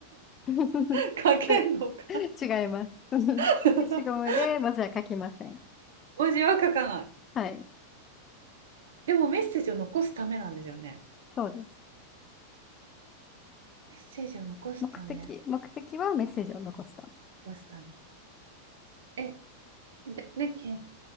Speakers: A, on the left; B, on the right.
A: <laughs>
B: <laughs> 書けんのか
A: それ違います。<laughs>
B: <laughs>
A: 消しゴムで文字は書きません。
B: 文字は書かない。
A: はい、
B: でもメッセージを残すためなんですよね。
A: そうです。
B: メッセージを残すため、
A: 目的、目的はメッセージを残すため。
B: 残すため。え、で、ね、け、